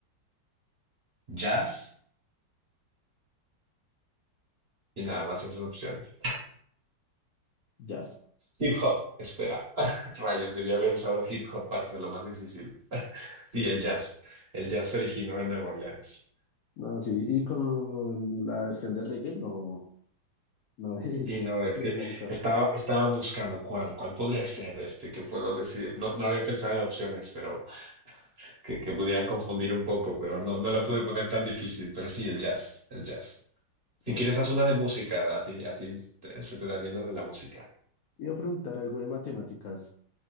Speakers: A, on the right; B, on the left.
A: jazz y nada más esas opciones.
B: jazz.
A: Hip hop, espera. <laughs> Rayos, debía haber usado hip hop para hacerlo más difícil. Sí, el jazz. El jazz se originó en Nueva Orleans.
B: No, sí, y con la versión de reggae no, no es,
A: Sí, no, es
B: no
A: que
B: es lógica.
A: estaba, estaba buscando cuál, cuál podría ser este, qué puedo decir. No, no había pensado en opciones, pero que, que pudieran confundir un poco, pero no, no la pude poner tan difícil. Pero sí, el jazz, el jazz. Si
B: Ok.
A: quieres, haz una de música. A ti, a ti te- se te da bien lo de la música.
B: Iba a preguntar algo de matemáticas.